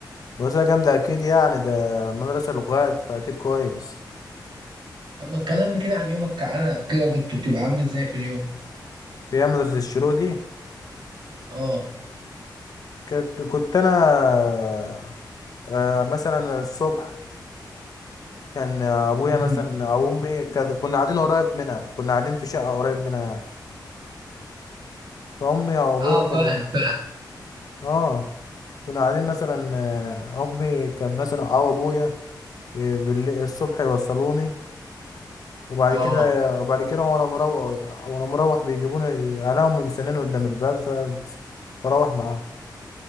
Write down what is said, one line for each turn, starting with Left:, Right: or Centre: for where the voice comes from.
Left: مدرسة جامدة اكيد يعني ده مدرسة لغات فاكيد كويس
Right: طب ما تكلمني كده عن يومك كعنا كده كنت بتبقى عامل ازاي في اليوم
Left: فيها مدرسة الشيرو دي
Right: اه
Left: كنت كنت انا آه، آه، مثلا الصبح كان ابويا
Right: امم
Left: مثلا او امي كان- كنا قاعدين قريب منها كنا قاعدين في شقة قريب منها فامي او ابويا
Right: اه فاهم
Left: كان
Right: فاهم
Left: اه كنا قاعدين مثلا آه، امي كانت مثلا او ابويا آه، بالل- الصبح يوصلوني وبعد
Right: اه
Left: كده وبعد كده وانا مروح وانا مروح بيجيبوني انا امي مستناني قدام الباب ف- فبروح معاهم